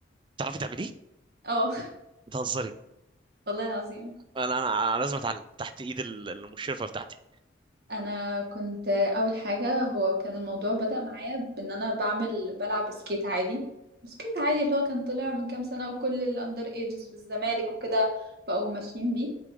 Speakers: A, on the right; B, on the right.
A: تعرفي تعمليه؟
B: اه
A: بتهزري
B: <laughs> والله العظيم
A: انا انا لازم اتعلم تحت ايد ال- المشرفة بتاعتي
B: أنا كنت أول حاجة هو كان الموضوع بدأ معايا بإن أنا بعمل بلعب سكيت عادي سكيت عادي اللي هو كان طلع من كام سنة وكل الأندر ايجز في الزمالك وكده بقوا ماشيين بيه